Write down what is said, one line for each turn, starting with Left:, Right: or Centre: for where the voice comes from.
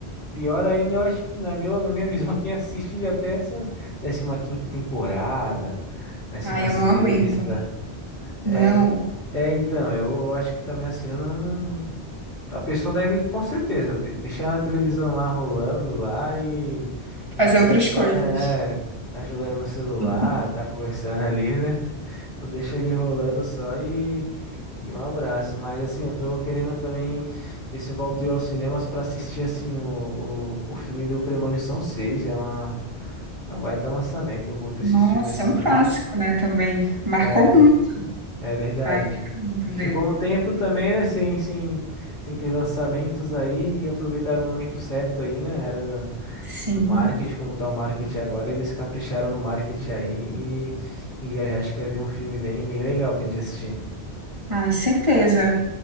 Left: pior ainda, eu acho que na minha, na minha visão, <laughs> quem assiste até essas décima quinta temporada, décima
Right: Ai,
Left: sexta.
Right: eu não aguento.
Left: É,
Right: Não,
Left: en- é, então, eu acho que também assim, eu não. A pessoa deve, com certeza, de- deixar na televisão lá rolando lá e, e
Right: fazer
Left: fazer,
Right: outras
Left: a
Right: coisas.
Left: pa- é, é, tá jogando no celular,
Right: <laughs>
Left: tá conversando ali, né? Então deixa ele rolando só e, e um abraço. Mas assim, eu tô querendo também ver se eu volto eu aos cinemas pra assistir assim o, o, o filme do Premonição seis É uma, é um baita lançamento, eu curto esses
Right: Nossa,
Left: filmes assim.
Right: é um clássico, né, também. Marcou
Left: É,
Right: muito.
Left: É verdade.
Right: Ai, eu quero muito
Left: E ficou
Right: ver.
Left: um tempo também, né, sem, sem, sem ter lançamentos aí e aproveitaram o momento certo aí, né? Era da-
Right: Sim.
Left: do, marketing, como tá o marketing agora, eles capricharam no marketing aí e, e eu acho que vai vir um filme bem, bem legal pra gente assistir.
Right: Ai, certeza.